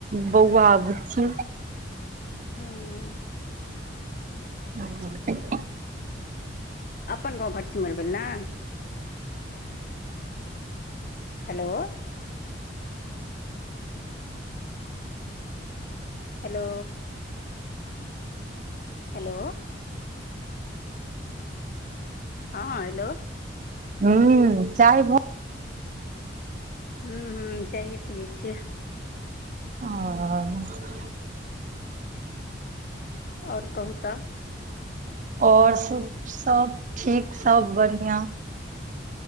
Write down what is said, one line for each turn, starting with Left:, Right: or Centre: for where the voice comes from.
Right: बौआ बुच्ची
Left: हुं
Right: ह
Left: अपन गाँव भटसिमर भेल ना हेलो <inaudible> हेलो हेलो हँ हँ हेलो
Right: हू चाय भ
Left: हूँ हूं चाइए पियै छियै।
Right: अह
Left: और कहू तऽ
Right: और सब, सब ठीक सब बढ़ियां।